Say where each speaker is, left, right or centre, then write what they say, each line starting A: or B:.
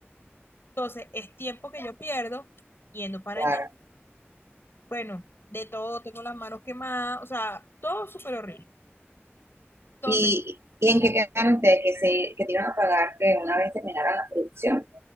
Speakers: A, on the left (about 60°); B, on the right (about 75°).
A: Entonces, es tiempo que yo pierdo yendo para
B: claro.
A: allá. Bueno, de todo, tengo las manos quemadas, o sea, todo súper horrible. Entonces,
B: ¿Y, y en qué quedaron ustedes? ¿Que, se, que te iban a pagar que una vez terminara la producción?